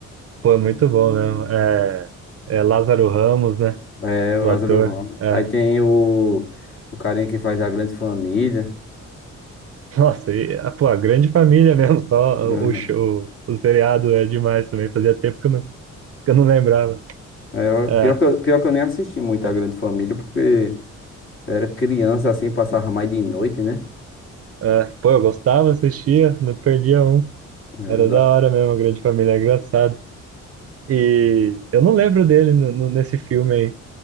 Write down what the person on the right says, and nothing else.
Pô, é muito bom mesmo. É, é Lázaro Ramos, né?
O
ator.
É.
<laughs>
Nossa, e, ah, pô, a grande família mesmo, só
o, show, o seriado é demais também. Fazia tempo que eu não, que eu não lembrava.
É,
é. Pô, eu gostava, assistia, não perdia um.
Era
da hora mesmo, a grande família, é engraçado. E eu não lembro dele no, no- nesse filme aí.